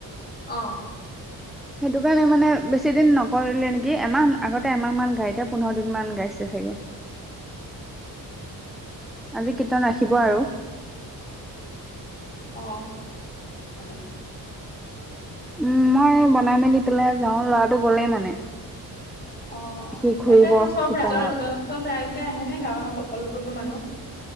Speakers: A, on the left; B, in the centre.
A: অ'
B: সেইটো কাৰণে মানে বেছি দিন নকৰিলে নেকি এমাহ, আগতে এমাহ মান গাই এতিয়া পোন্ধৰ দিন মান গাইছে চাগে। আজি কীৰ্তন ৰাখিব আৰু
A: অ'। <unintelligible>
B: উম, মই বনাই মেলি পেলাই যাও ল'ৰাটো গলেই মানে,
A: অ',
B: সি ঘূৰিব
A: তাতে চব
B: কীৰ্তনত
A: ৰাই জৰ চব ৰাইজ, আহে নে গাঁৱৰ সকলোবোৰ মানুহ?